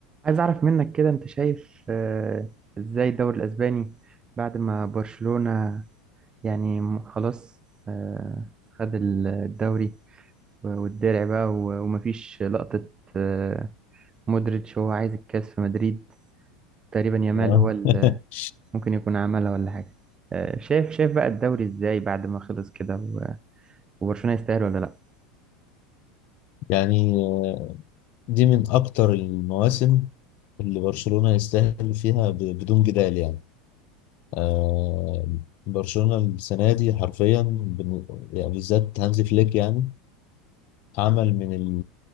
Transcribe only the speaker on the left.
آه.
<laughs>
يعني آه، دي من أكتر المواسم اللي برشلونة يستاهل فيها ب- بدون جدال يعني آه برشلونة السنة دي حرفيا بن- يعني بالذات هانزي فليك يعني عمل من ال